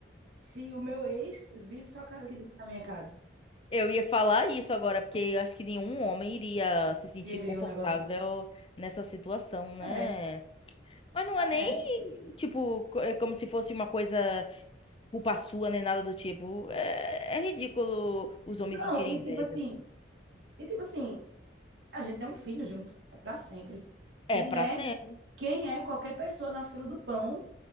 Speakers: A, on the right; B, on the left.
A: se o meu ex vive só casa aqui dentro da minha casa?
B: eu ia falar isso agora, porque eu acho que nenhum homem iria se sentir
A: Querer
B: confortável
A: um negócio desse.
B: nessa situação, né?
A: É,
B: Mas não
A: é.
B: é nem, tipo, co- é como se fosse uma coisa culpa sua, nem nada do tipo. É, é ridículo os homens
A: Não,
B: sentirem
A: e
B: inveja,
A: tipo assim,
B: assim.
A: e tipo assim, a gente tem um filho junto, é pra sempre.
B: É
A: Quem
B: pra
A: é
B: sempre.
A: quem é qualquer pessoa na fila do pão